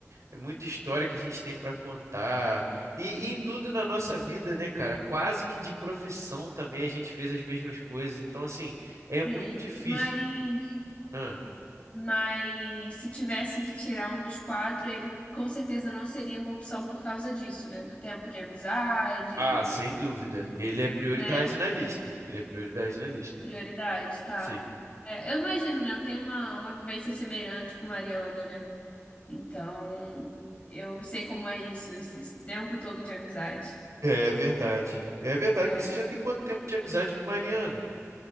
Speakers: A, on the right (about 75°); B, on the left (about 25°).
A: é muita história que a gente tem para contar. E, e em tudo na nossa vida, né, cara? Quase que de profissão também a gente fez as mesmas coisas. Então, assim, é
B: sim.
A: muito difícil.
B: Mas,
A: Ah,
B: mas se tivesse que tirar um dos quatro, ele com certeza não seria uma opção por causa disso, né? Do tempo de amizade,
A: ah, sem dúvida. Ele é prioridade
B: né?
A: na lista. Ele é prioridade na lista.
B: Prioridade, tá.
A: Sim.
B: É, eu imagino, né? Eu tenho uma, uma vivência semelhante com Mariana, né? Então, eu sei como é isso, esse tempo todo de amizade.
A: É verdade. É verdade.
B: É.
A: Você já tem quanto tempo de amizade com Mariana?